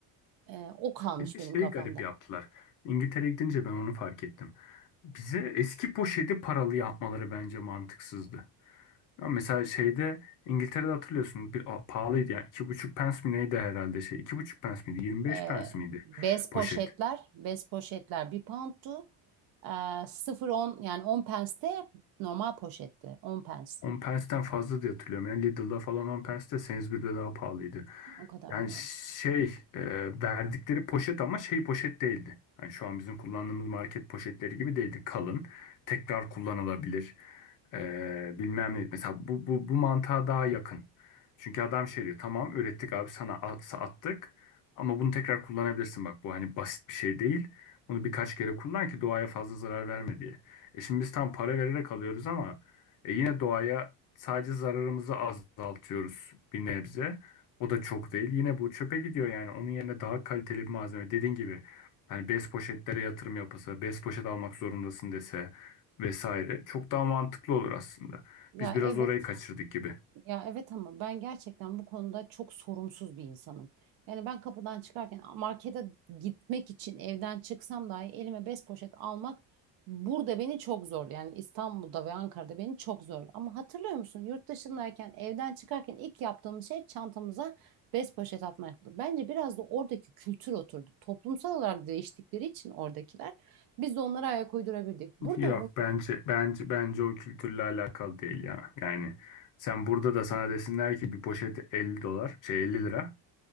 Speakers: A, on the right (about 60°); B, on the left (about 50°).
A: E, o kalmış
B: Bir de
A: benim
B: şeyi
A: kafamda.
B: garip yaptılar. İngiltere'ye gidince ben onu fark ettim. Bize eski poşeti paralı yapmaları bence mantıksızdı. Ama mesela şeyde İngiltere'de hatırlıyorsun bir a, pahalıydı ya. iki buçuk pence mi neydi herhalde şey. iki buçuk pence miydi? 25
A: E,
B: pence miydi
A: bez
B: poşet?
A: poşetler, bez poşetler bir poundtu. E, 0-10 yani 10 pence de normal poşetti. on pence.
B: 10 pence'ten fazla diye hatırlıyorum. Yani Lidl'da falan 10 pence de Sainsbury'de daha pahalıydı.
A: O kadar
B: Yani
A: bilmiyorum.
B: şey e, verdikleri poşet ama şey poşet değildi. Yani şu an bizim kullandığımız market poşetleri gibi değildi. Kalın, tekrar kullanılabilir. E, bilmem ne. Mesela bu, bu, bu mantığa daha yakın. Çünkü adam şey diyor tamam ürettik abi sana at- attık ama bunu tekrar kullanabilirsin bak bu hani basit bir şey değil. Bunu birkaç kere kullan ki doğaya fazla zarar verme diye. E şimdi biz tam para vererek alıyoruz ama e yine doğaya sadece zararımızı azaltıyoruz bir nebze. O da çok değil. Yine bu çöpe gidiyor yani. Onun yerine daha kaliteli bir malzeme. Dediğin gibi hani bez poşetlere yatırım yapılsa, bez poşet almak zorundasın dese vesaire. Çok daha mantıklı olur aslında.
A: Ya
B: Biz biraz
A: evet.
B: orayı kaçırdık gibi.
A: Ya evet ama ben gerçekten bu konuda çok sorumsuz bir insanım. Yani ben kapıdan çıkarken markete gitmek için evden çıksam dahi elime bez poşet almak burada beni çok zor. Yani İstanbul'da ve Ankara'da beni çok zor. Ama hatırlıyor musun yurt dışındayken evden çıkarken ilk yaptığımız şey çantamıza bez poşet atmaktı. Bence biraz da oradaki kültür oturdu. Toplumsal olarak değiştikleri için oradakiler biz de onlara ayak uydurabildik. Burada
B: Yok bence bence bence o kültürle alakalı değil ya. Yani sen burada da sana desinler ki bir poşet 50 dolar, şey 50 lira.